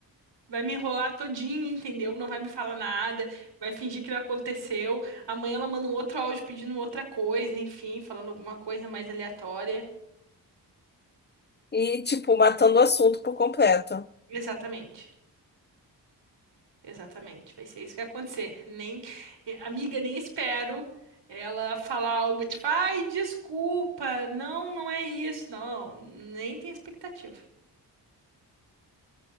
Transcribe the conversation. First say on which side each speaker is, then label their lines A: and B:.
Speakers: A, on the right; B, on the left.
A: Vai me enrolar todinha, entendeu? Não vai me falar nada, vai fingir que não aconteceu. Amanhã ela manda um outro áudio pedindo outra coisa, enfim, falando alguma coisa mais aleatória.
B: E, tipo, matando o assunto por completo.
A: Exatamente, exatamente. Vai ser isso que vai acontecer. Nem, eh, amiga, nem espero ela falar algo tipo, ai, desculpa, não, não é isso. Não, nem tem expectativa.